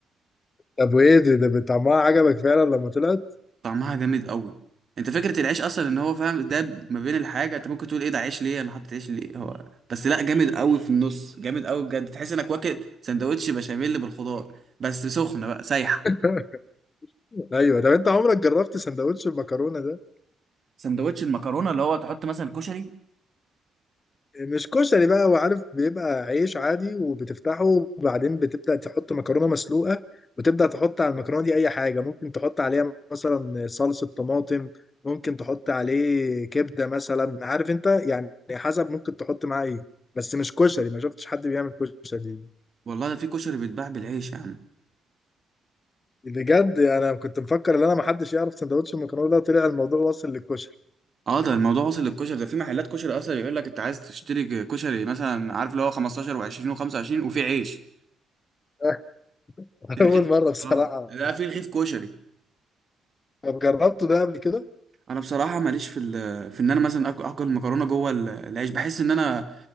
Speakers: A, on the left (about 30°); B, on the right (about 40°).
A: طب وايه ده, ده طعمها عجبك فعلا لما طلعت
B: طعمها جامد قوي انت فكره العيش اصلا ان هو فاهم ده ما بين الحاجه انت ممكن تقول ايه ده عيش ليه انا حاطط عيش ليه هو بس لا جامد قوي في النص جامد قوي بجد تحس انك واكل سندوتش بشاميل بالخضار بس سخنه بقى سايحه
A: <laughs> ايوه طب انت عمرك جربت سندوتش المكرونه ده
B: سندوتش المكرونه اللي هو تحط مثلا كشري
A: مش كشري بقى هو عارف بيبقى عيش عادي وبتفتحه وبعدين بتبدأ تحط مكرونة مسلوقة وتبدأ تحط على المكرونة دي أي حاجة ممكن تحط عليها مثلا صلصة طماطم ممكن تحط عليه كبدة مثلا عارف أنت يعني حسب ممكن تحط معاه إيه بس مش كشري ما شفتش حد بيعمل كشري
B: والله ده في كشري بيتباع بالعيش يا عم
A: بجد أنا كنت مفكر إن أنا محدش يعرف سندوتش المكرونة ده طلع الموضوع واصل للكشري
B: اه ده الموضوع وصل للكشري ده في محلات كشري اصلا يقول لك انت عايز تشتري كشري مثلا عارف اللي هو 15 و20 و25 وفي عيش
A: <laughs>
B: رغيف
A: أول مرة بصراحة
B: اه لا في رغيف كشري
A: طب جربته ده قبل كده؟
B: انا بصراحه ماليش في ال... في ان انا مثلا آك- اكل المكرونه جوه ال- العيش بحس ان انا